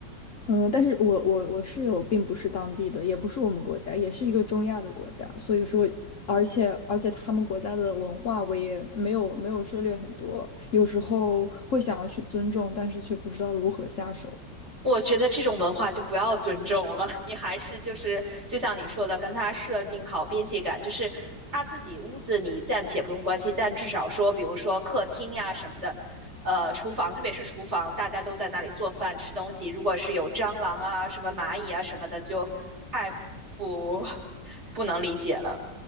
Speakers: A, on the left; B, on the right.
A: 嗯，但是我我我室友并不是当地的，也不是我们国家，也是一个中亚的国家，所以说，而且而且他们国家的文化我也没有没有涉猎很多，有时候会想要去尊重，但是却不知道如何下手。
B: 我觉得这种文化就不要尊重了，<laughs> 你还是就是就像你说的，跟他设定好边界感，就是他自己屋子你暂且不用关心，但至少说，比如说客厅呀什么的，呃，厨房，特别是厨房，大家都在那里做饭吃东西，如果是有蟑螂啊、什么蚂蚁啊什么的，就太不 <laughs> 不能理解了。